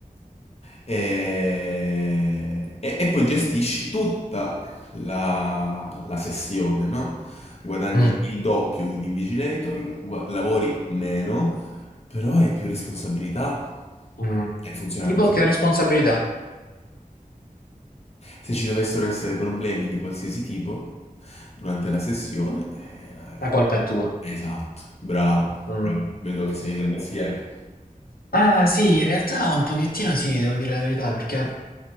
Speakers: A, on the left; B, on the left.
A: e, e- e poi gestisci tutta la, la sessione, no? Guadagni
B: Mm,
A: il doppio di un invigilator, gua- lavori meno, però hai più responsabilità.
B: mm.
A: E funziona
B: Tipo
A: così.
B: che ho responsabilità,
A: Se ci dovessero essere problemi di qualsiasi tipo durante la sessione, eh, la-
B: la colpa è tua.
A: esatto, bravo,
B: Mm.
A: bravo, vedo che sei del mestiere.
B: Ah, sì, in realtà un pochettino sì, devo dire la verità, perché